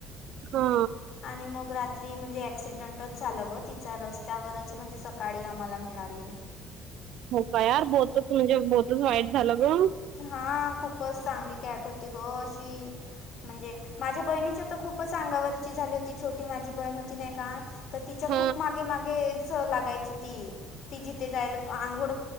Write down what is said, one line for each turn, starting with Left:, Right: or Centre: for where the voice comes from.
Right: हा
Left: आणि मग रात्री म्हणजे ऍक्सिडंटच झालं गं तिचा रस्त्यावरच म्हणजे स काळी आम्हाला मिळाली.
Right: हो का यार बहुतच म्हणजे बहुतच वाईट झालं गं.
Left: हा खूपच चांगली कॅट होती गं अशी म्हणजे. माझ्या बहिणीच्या तर खूपच अंगावरची झाली होती. छोटी माझी बहीण होती नाही का. तर तिच्या
Right: हा
Left: खूप मागे मागेच लागायची ती. ती जिथे जायला आंघोळ